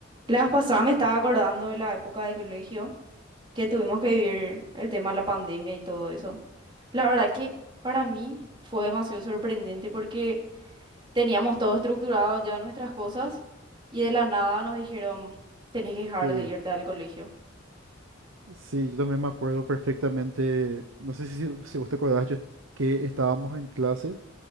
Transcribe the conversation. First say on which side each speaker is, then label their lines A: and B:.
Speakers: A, on the right; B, on the right.
A: La vez pasada me estaba acordando de la época de colegio que tuvimos que vivir el tema de la pandemia y todo eso. La verdad que para mí fue demasiado sorprendente porque teníamos todo estructurado ya nuestras cosas y de la nada nos dijeron, tenés que dejar
B: Sí,
A: de irte al colegio.
B: sí, yo también me acuerdo perfectamente, no sé si, si vos te acordás, yo, que estábamos en clase